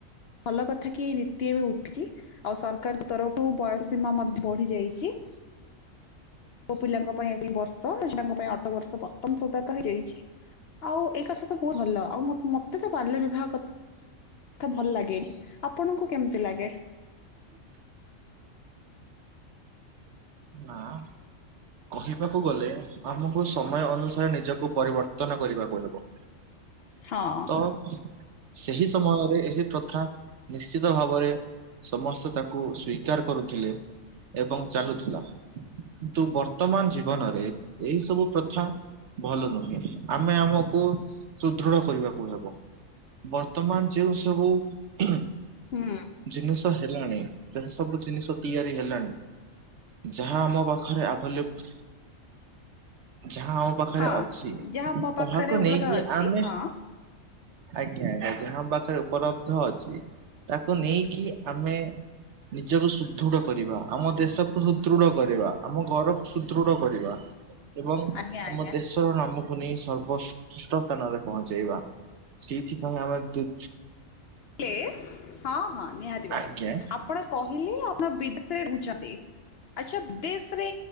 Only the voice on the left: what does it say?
ଭଲ କଥା କି ଏଇ ରୀତି ଏବେ ଉଠିଚି। ଆଉ ସରକାରଙ୍କ ତରଫରୁ ବୟସ ସୀମା ମଧ୍ୟ ବଢି ଯାଇଚି। ମୋ ପିଲାଙ୍କ ପାଇଁ ଦୁଇ ବର୍ଷ ସେଟା ଙ୍କ ପାଇଁ ଅଠର ବର୍ଷ ବର୍ତ୍ତମାନ ସୁଧା ତ ହେଇଯାଇଚି। ଆଉ ଏଇ କଥା ତ ବହୁତ ଭଲ ଆଉ ମ ମତେ ତ ବାଲ୍ୟ ବିବାହ କ ଥା ଭଲ ଲାଗେ ଆପଣଙ୍କୁ କେମିତି ଲାଗେ?
ହଁ।
ହୁଁ।
ହଁ
ଯାହା
ମୋ ପାଖରେ ଉପଲବ୍ଧ
ଅଛି
ହଁ।
ଆଜ୍ଞା
ଆଜ୍ଞା।
ଲେ ହଁ ହଁ ନିହାତି ଭାବରେ
ଆପଣ କହିଲେ ଆପଣ ବିଦେଶରେ ରହୁଚନ୍ତି। ଆଚ୍ଛା ବିଦେଶରେ